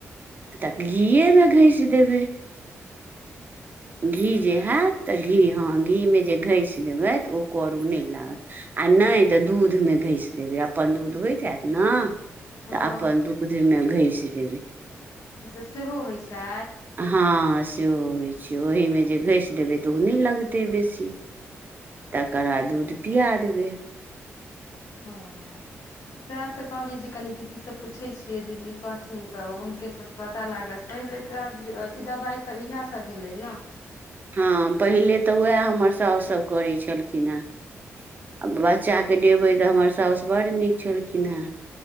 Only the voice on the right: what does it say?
तऽ घीएमे घेस देबै घी जे होयत तऽ घी हँ घीमे जे घसे देबै तऽ ओ करू नहि लागत आ नहि तऽ दूधमे घेइस देबै अपन दूध होइत हत न
तऽ अपन दूध दूध मऽ घैस देबे
हँ सेहो होइ छै ओहीमे जे घेस देबै तऽ ओ नहि लगतै बेसी तकरबाद दूध पिआ देबै
हँ पहिले तऽ उएह हमर साउस सभ करैत छलखिन हैं आ बच्चाके देबै तऽ हमर सासु बड्ड नीक छलखिन हँ